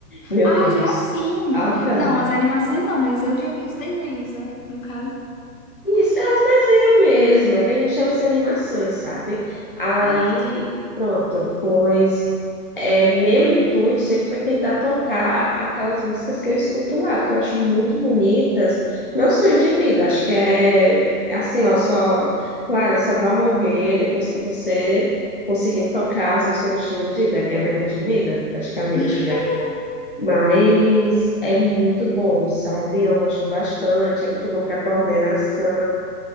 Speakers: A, on the left; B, on the left.
A: Meu
B: Ah,
A: Deus.
B: já sim!
A: Ah, tá.
B: Não, as animações não, mas eu já vi os desenhos, né? No caso.
A: Isso, é os desenhos mesmo, é que a gente chama de animações, sabe? Aí,
B: Ah, tá.
A: pronto, pois é, meu intuito sempre foi tentar tocar aquelas músicas que eu escuto lá, que eu acho muito bonitas. Meu sonho de vida, acho que é assim, ó, só, claro, é só vai morrer depois que você conseguir tocar as músicas do Xande Dida, é minha meta de vida, praticamente
B: <laughs>
A: já. Mas é muito bom, sabe? Eu gosto bastante, é muito bom para coordenação.